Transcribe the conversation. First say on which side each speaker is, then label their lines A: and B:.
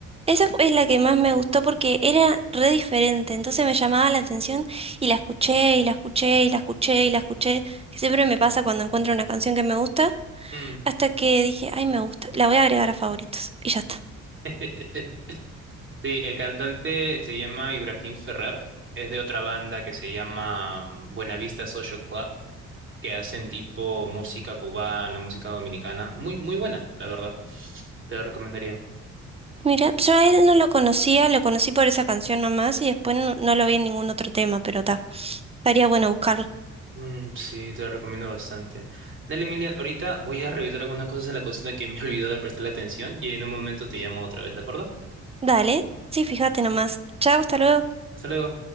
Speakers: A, on the right; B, on the right.
A: esa fue- es la que más me gustó porque era re diferente, entonces me llamaba la atención y la escuché y la escuché y la escuché y la escuché, que siempre me pasa cuando encuentro una canción que me gusta,
B: Mm.
A: hasta que dije, ay, me gusta, la voy a agregar a favoritos y ya está.
B: <laughs> Sí, el cantante se llama Ibrahim Ferrer. Es de otra banda que se llama mm, Buenavista Social Club, que hacen tipo música cubana, música dominicana. Muy, muy buena, la verdad. Te la recomendaría.
A: Mira, yo a él no lo conocía, lo conocí por esa canción nomás y después no, no lo vi en ningún otro tema, pero ta. estaría bueno buscarlo.
B: Mm, sí, te la recomiendo bastante. Dale, Emilia, ahorita voy a revisar algunas cosas en la cocina que me <laughs> he olvidado de prestarle atención y en un momento te llamo otra vez, ¿de acuerdo?
A: Dale, sí, fíjate nomás. Chao, hasta luego.
B: Hasta luego.